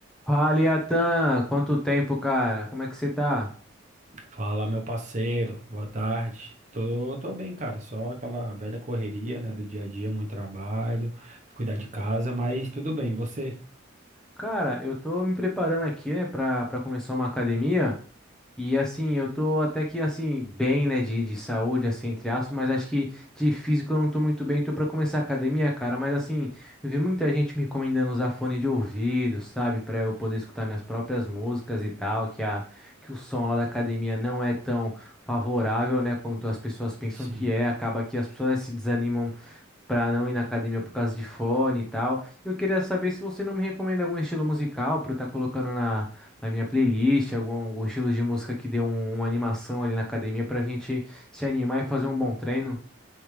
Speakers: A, in the centre; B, on the right (about 35°).
A: Fala, Iatan, quanto tempo, cara? Como é que você tá?
B: Fala, meu parceiro, boa tarde. Tô, tô bem, cara, só aquela velha correria, né, do dia a dia, muito trabalho, cuidar de casa, mas tudo bem, e você?
A: Cara, eu tô me preparando aqui, né, pra, pra começar uma academia. E assim, eu tô até que assim, bem, né, de, de saúde, assim, entre aspas, mas acho que de físico eu não tô muito bem, tô pra começar a academia, cara. Mas assim, eu vi muita gente me recomendando usar fone de ouvido, sabe, pra eu poder escutar minhas próprias músicas e tal, que, a, que o som lá da academia não é tão favorável, né, quanto as pessoas pensam
B: Sim.
A: que é. Acaba que as pessoas, né, se desanimam para não ir na academia por causa de fone e tal. Eu queria saber se você não me recomenda algum estilo musical para eu estar colocando na, na minha playlist, algum, algum estilo de música que dê um- uma animação ali na academia para a gente se animar e fazer um bom treino.